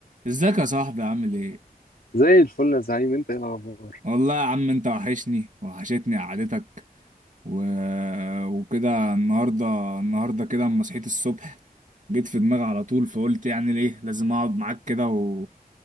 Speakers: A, on the right (about 55°); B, on the left (about 70°).
A: ازيك يا صاحبي عامل ايه؟
B: زي الفل يا زعيم انت ايه الاخبار
A: والله يا عم انت وحشني وحشتني قعدتك و... وكده النهارده النهارده كده اما صحيت الصبح جيت في دماغي على طول فقلت يعني ليه لازم اقعد معاك كده و...